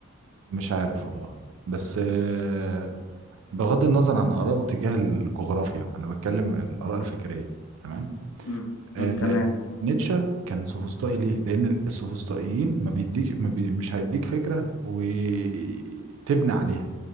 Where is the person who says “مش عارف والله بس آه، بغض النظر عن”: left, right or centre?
Right